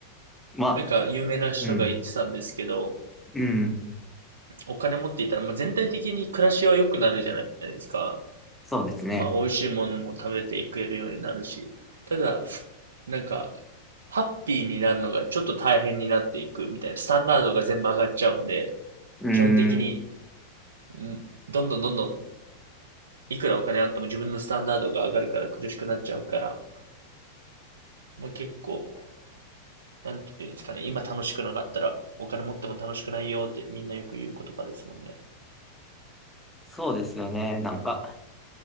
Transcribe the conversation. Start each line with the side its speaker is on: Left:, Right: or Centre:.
Centre: まあ、
Right: なんか有名な人が言ってたんですけど、
Centre: うん、うん。
Right: お金持っていたら、まあ、全体的に暮らしは良くなるじゃないですか。
Centre: そうですね。
Right: まあ、美味しいものも食べていけるようになるし、ただ、なんか、ハッピーになるのがちょっと大変になっていくみたいな、スタンダードが全部上がっちゃうんで、
Centre: うん。
Right: 基本的に、んどんどんどんどん、いくらお金あっても自分のスタンダードが上がるから苦しくなっちゃうから、まあ、結構、なんていうんですかね、今楽しくなかったら、お金持っても楽しくないよってみんなよく言う言葉ですもんね。
Centre: そうですよね。なんか、